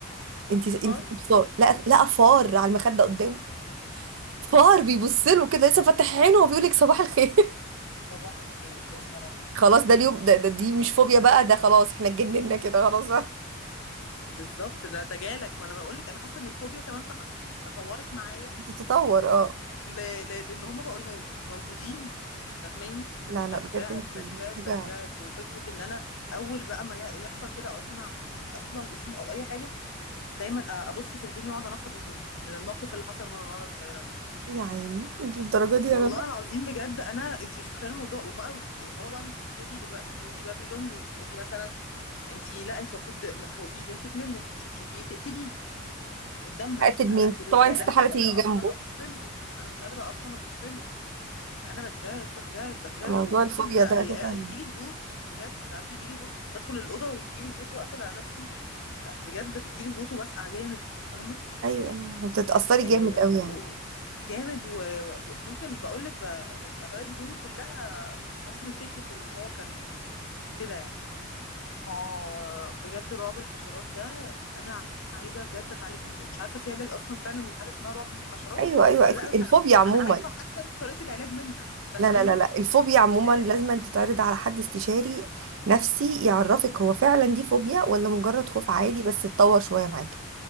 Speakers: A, on the right; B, on the left.
A: انتي
B: فار
A: انتي تبصار لا لا فار على المخده قدامه
B: يا
A: فار
B: لهوي
A: بيبص له كده لسه فاتح عينه وبيقول لك صباح الخير
B: صباح الخير يا نهار
A: <laughs>
B: ابيض
A: خلاص ده اليوم ده, ده دي مش فوبيا بقى ده خلاص احنا اتجننا كده خلاص بقى
B: بالضبط ده ده جالك ما انا بقول لك انا حاسه ان الفوبيا كمان تح... يعني تطورت معايا
A: بتتطور اه
B: ل... ل... لان هما بقوا مو... موجودين فاهماني
A: لا
B: بترعب
A: لا بجد انتي
B: بترعب
A: محتاجه
B: بترعب وفكره ان انا اول بقى ما ي- يحصل كده او اسمع اصلا اسمه او اي حاجه دايما أ- ابص في هدومي واقعد انفض هدومي من الموقف اللي حصل من وانا صغيره ده.
A: يا عيني انتي للدرجه دي يا
B: والله
A: رنا
B: العظيم بجد انا انت مش متخيله الموضوع وبقى هو بقى بيبص لي دلوقتي جوزي بقى بيلومني بيقول لي مثلا انت لا انت المفروض ما تخوفيش بنتك منه المفروض تشوفيه تقتليه قدامها
A: هقتل
B: انا
A: مين
B: اقتله
A: طبعا
B: ازاي
A: انت
B: انا
A: استحاله
B: مش
A: تيجي
B: قادره اصلا
A: جنبه
B: ابص له انا مش قادره اصلا ابص له انا بترعب بترعب بترعب
A: موضوع
B: وممكن
A: الفوبيا ده اساسا
B: يجي لي هبوط بجد ساعات بيجي لي هبوط بدخل الاوضه ويجي لي هبوط واقفل على نفسي بجد بيجي لي هبوط وبسقع جامد فاهمه
A: ايوه أيوة. بتتاثري
B: آه
A: جامد قوي
B: و...
A: يعني
B: جامد وممكن بقول لك ب... يعني اغير هدومي كلها بس من فكره ان هو كان كده يعني اه بجد رعب الحشرات ده انا عايزه بجد اتعالج منه مش عارفه في علاج اصلا فعلا حاجه اسمها رعب من الحشرات
A: ايوه ايوه
B: ولا
A: اكيد
B: لا بس
A: الفوبيا
B: انا
A: عموما
B: أنا خايفه حتى من طريقه العلاج منها فاهماني
A: لا لا لا لا الفوبيا عموما
B: يعني أكيد-
A: لازم أن تتعرض على حد استشاري نفسي يعرفك هو فعلا دي فوبيا ولا مجرد خوف عادي بس اتطور شويه معاكي